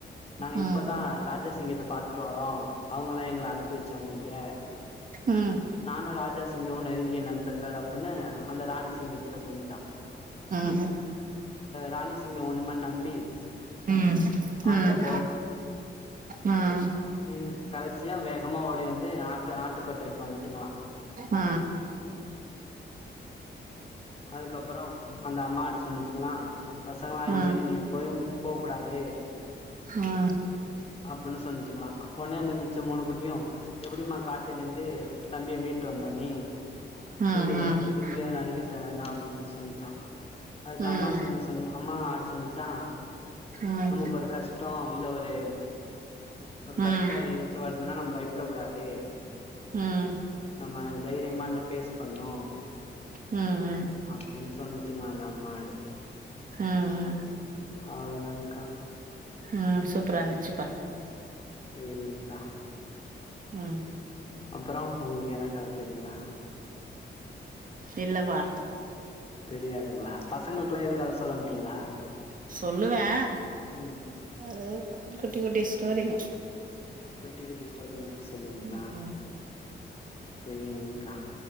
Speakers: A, on the left (about 30°); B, on the right (about 45°).
A: நாங்க
B: ஆ ஆ ம்
A: இப்பதா
B: ஆ ஆ ஆ ம்
A: ராஜா சிங்கத்த பாத்துட்டு வரோ அவுங்கதா எங்கள அனுப்பி வச்சாங்க இங்க
B: ம்
A: நானு ராஜாசிங்கவு நெருங்கிய நண்பர்கள் அப்டினு அந்த ராணி சிங்கத்துட்ட சொன்னுச்சா
B: ம்
A: ராணி சிங்க உண்மன் நம்பி
B: ம் ம்
A: ஆட்ட
B: ம்
A: போ
B: ம்
A: இதுதா கடைசியா வேகமா ஓடி வந்து ஆட்டு ஆட்டுக்கொட்டாய்க்கு வந்துட்டுங்களா
B: ம்
A: அதுக்கப்பறொ அந்த அம்மாடு சொன்னுச்சுங்களா பசங்களா இனிமே
B: ஆ ஆ
A: நீங்க போயு போ கூடாது
B: ஆ
A: அப்டின்னு சொன்னுச்களா ஒடனே அந்த மிச்ச மூணு குட்டியு எப்டிமா காட்டுலே இருந்து தம்பிய மீட்டு வந்தனே
B: ம் ம்
A: சிங்கிளுதான சிங்கோ நரி கிட்டலனா அப்டின் சொன்னுச்சா அதுக்கு
B: ம்
A: அம்மா சிங்கம் சொன்னு அம்மா ஆடு சொன்னுச்சா
B: ம்
A: நமக்கு ஒரு கஷ்டோ இல்ல ஒரு ஒரு
B: ம்
A: கஷ்டோ எதுனுச்சு வருதுனா நம்ப பயப்பட கூடாது
B: ம்
A: நம்ம தைரியமா நின்னு பேஸ் பண்ணோ
B: ம் ம்
A: அப்டின் சொன்னுச்சுங்ளா அந்த மாடு
B: ம் ம்
A: அவ்ளதாங்கா
B: ம் சூப்பரா இருந்துச்சுப்பா
A: சேரிங்கா
B: ம்
A: அப்றோ உங்களுக்கு என்னா கத தெரியுங்களா
B: இல்ல பா
A: தெரியாதுங்களா பசங்களுக்கல்லா எது கத சொல்ல மாட்டீங்களா
B: சொல்லுவேன்
A: ம்
B: அது குட்டி குட்டி ஸ்டோரிங்க
A: குட்டி குட்டி ஸ்டோரி மட்டு சொல்லுவீங்களா
B: ம் ம்
A: சேரிங்கா